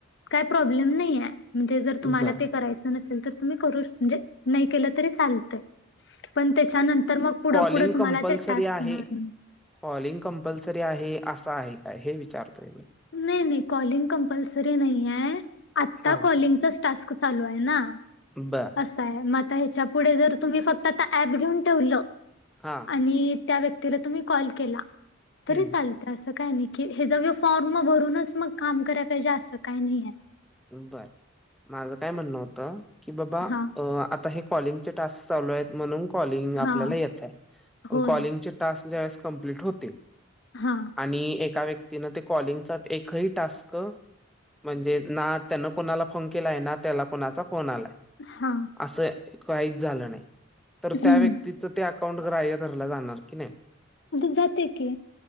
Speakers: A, on the left; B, in the centre.
A: काय प्रॉब्लेम नाई ए. म्हणजे जर तुम्हाला
B: बर
A: ते करायचं नसेल तर तुम्ही करू.... म्हणजे नाई केलं तरी चालतय. पण त्याच्यानंतर मग पुढं
B: कॉलिंग
A: पुढं तुम्हाला
B: कंपल्सरी
A: ते टास्क
B: आहे
A: देणार नाई.
B: कॉलिंग कंपल्सरी आहे... असं आहे काय.... हे विचारतोय मी.
A: नाही नाही कॉलिंग कंपल्सरी नाही आहे, आता
B: हा
A: कॉलिंगचाच टास्क चालू आहे ना.
B: बर
A: असं आहे म आता ह्याच्या पुुढे जर तुम्ही फक्त आता ऍप घेऊन ठेवलं
B: हा.
A: आणि त्या व्यक्तीला तुम्ही कॉल केला, तरी
B: हम्म
A: चाल तर असं काय नाही की हेज फॉर्म भरूनच मग काम कराय पाहिजे असं काय नाहीये.
B: बर, माझं काय म्हण होतं, की बाबा,
A: हा
B: अ आता हे कॉलिंगचे टास्कस चालू आहेत म्हणून कॉलिंग आपल्याला
A: हा
B: येतय, पण
A: होय
B: कॉल्लिंगचे टास्क ज्यावेळेस कंमप्लीट होतील.
A: हा.
B: आणि एका व्यक्तीन ते कॉलिंगचा एकही टास्क, म्हणजे ना तेन कुणाला फोन केलाय ना त्याला कुणाचा फोन आलाय.
A: हा.
B: असं काहीच झालं नाही, तर
A: हम्म
B: त्या व्यक्तीचं ते अकाउंट ग्राह्य धरलं जाणार की नाही?
A: जातय की,